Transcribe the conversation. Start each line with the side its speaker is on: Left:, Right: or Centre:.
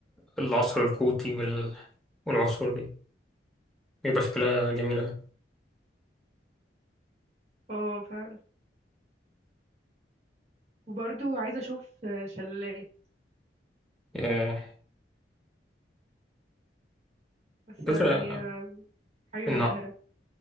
Centre: العصر الكوتي وال... والعصور دي بيبقى شكلها جميل أوي
Right: اه فعلا وبرضو عايزه اشوف آه، شلالات
Centre: آه،
Right: حاسه
Centre: فكرة
Right: ان هي حاجه مبهره
Centre: إن